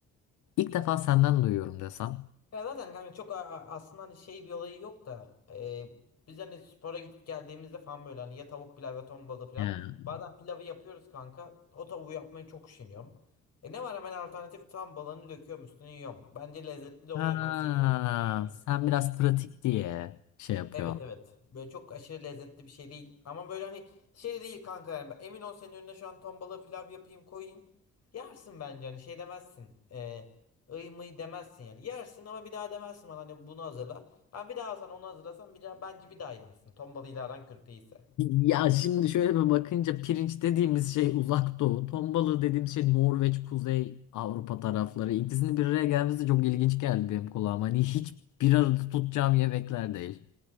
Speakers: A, on the left (about 75°); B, on the left (about 55°).
A: <laughs> İlk defa senden duyuyorum desem.
B: Ya zaten kanka çok a- a- aslında hani şey bir olayı yok da e, biz hani spora gidip geldiğimizde falan böyle hani ya tavuk pilav ya ton balığı pilav.
A: Yani.
B: Bazen pilavı yapıyoruz kanka. O tavuğu yapmayı çok üşeniyorum. E ne var hemen alternatif tam balığını döküyorum üstüne yiyorum. Bence lezzetli de oluyor.
A: Ha,
B: Ben seviyorum yan yana.
A: sen biraz pratik diye şey yapıyorsun.
B: Evet evet. Böyle çok aşırı lezzetli bir şey değil. Ama böyle hani şey değil kanka yani. Emin ol senin önüne şu an ton balığı pilav yapayım koyayım. Yersin bence hani şey demezsin. Ee, ıy mıy demezsin yani. Yersin ama bir daha demezsin bana hani bunu hazırla. Ha bir daha sen onu hazırlasan bir daha, bence bir daha yersin. Ton balığıyla aran kötü değilse.
A: Ya şimdi şöyle bir bakınca pirinç dediğimiz şey uzak doğu. Ton balığı dediğimiz şey Norveç, Kuzey Avrupa tarafları. İkisinin bir araya gelmesi çok ilginç geldi benim kulağıma. Hani hiç bir arada tutacağım yemekler değil.